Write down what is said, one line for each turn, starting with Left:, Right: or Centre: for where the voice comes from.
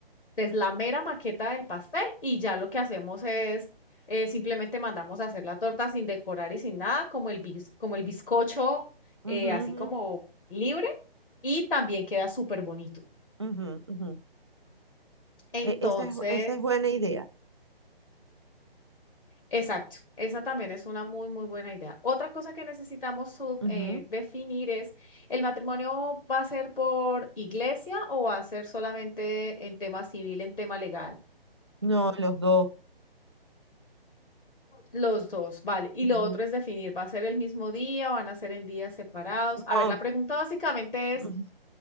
Left: es la mera maqueta del pastel y ya lo que hacemos es eh, simplemente mandamos a hacer la torta sin decorar y sin nada, como el, bis- como el bizcocho, eh,
Right: Ujú,
Left: así
Right: ujú,
Left: como libre, y también queda súper bonito.
Right: ujú, ujú.
Left: Entonces,
Right: E- esa es, esa es buena idea.
Left: exacto, esa también es una muy, muy buena idea. Otra cosa que necesitamos sub-
Right: Ujú.
Left: eh, definir es, ¿el matrimonio va a ser por iglesia o va a ser solamente en tema civil, en tema legal?
Right: No, los dos.
Left: Los dos, vale. Y
Right: Ujú.
Left: lo otro es definir, ¿va a ser el mismo día? ¿Van a ser en días separados?
Right: No,
Left: A ver, la pregunta básicamente
Right: ujú,
Left: es,